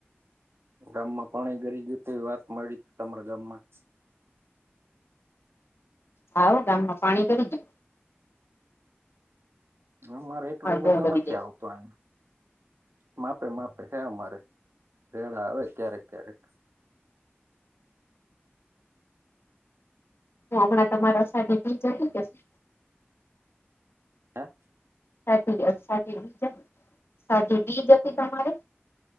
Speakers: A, on the right; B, on the left.
A: ગામ માં પણી ગરી ગયું તો એવી વાત મળી તમારા ગામ માં
B: હાઓ! ગામમાં પાણી ગરી ગ્યું.
A: અમારે એટલો બધો
B: બહુ ગરી
A: નથી
B: જાય
A: આવતો. <unintelligible> માપે માપે હે અમારે રેડા આવે ક્યારેક ક્યારેક
B: હમણાં તમારા સાથે ટીચર શું કહે છે.
A: હા
B: સાચી વાત સાચી વાત છે સાચી બીજ હતી તમારે